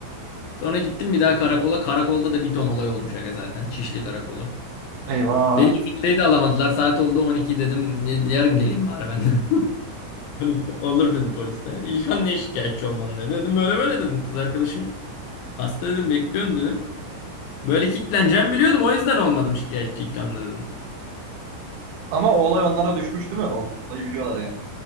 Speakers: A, on the left (about 75°); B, on the right (about 75°).
A: Sonra gittim bir daha karakola. Karakolda da bir ton olay olmuş aga zaten. Şişli karakolu.
B: Eyvah.
A: Beni ifadeyi de alamadılar. Saat oldu 12 dedim. Yarın geleyim bari ben. de. <laughs> Polis de, olur dedi polis de. İlkan niye şikayetçi olman dedi. Dedim böyle böyle dedim. Kız arkadaşım hasta dedim bekliyorum dedim. Böyle kitleneceğimi biliyordum o yüzden olmadım şikayetçi İlkan'la dedim.
B: Ama o olay onlara düşmüş değil mi? Ol- olayı biliyorlar yani.